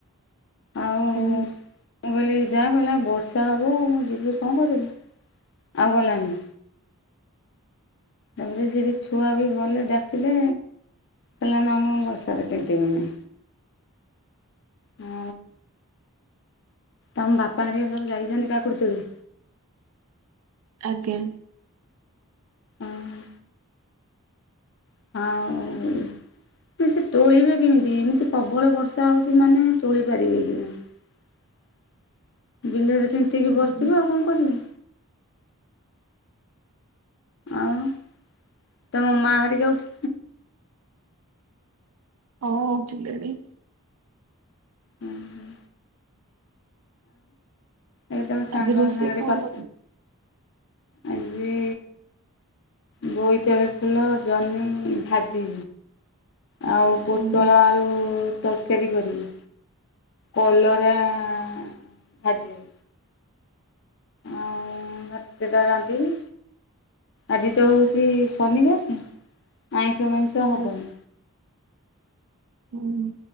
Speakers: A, on the left (about 55°); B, on the right (about 70°).
A: ଆଉ
B: ହୁଁ।
A: ମୁଁ କହିଲି ଯାହା କହିଲା ବର୍ଷା ହେବ ମୁଁ ଯିବି କଣ କରିବି? ଆଉ ଗଲାନି। ତାପରେ ସେଇଠି ଛୁଆ ବି ଗଲେ ଡାକିଲେ। କହିଲା ନା ମୁଁ ବର୍ଷାରେ ତିନ୍ତିମିଣି। ହଉ ତମ ବାପା ହେରିକା ସବୁ ଯାଇଛନ୍ତି କାକୁଡ଼ି ତୋଳି।
B: ଆଜ୍ଞା।
A: ଉଁ ହୁଁ। ଆଉ ସେ ତୋଳିବେ କେମିତି? ଏମିତି ପ୍ରବଳ ବର୍ଷା ହଉଛି ମାନେ ତୋଳି ପାରିବେ କି ନା ବିଲରେ ତିନ୍ତିକି
B: ହୁଁ
A: ବସିଥିବ, ଆଉ କଣ କରିବ? ଆଉ ତମ ମା ହେରିକା ଉଠି
B: ହଁ ଉଠିଲେଣି।
A: ହୁଁ ହୁଁ। ଏଇ ତମ ସାଙ୍ଗ
B: ଆଜି ରୋଷେଇ
A: ସାଙ୍ଗରେ
B: କଣ
A: କ
B: କରିବେ?
A: ଆଜି ବୋଇତାଳୁ ଫୁଲ, ଜହ୍ନି ଭାଜି ଆଉ ପୋଟଳ
B: ହୁଁ
A: ଆଳୁ ତରକାରୀ କରିବି, କଲରା ଭାଜିବି। ଆଉ ଭାତ ଦିଟା ରାନ୍ଧିବି। ଆଜି ତ ହଉଛି ଶନିବାର କି ଆଇଁଷ ମଇଁଷ ହବନି।
B: ହୁଁ ହୁଁ ହୁଁ।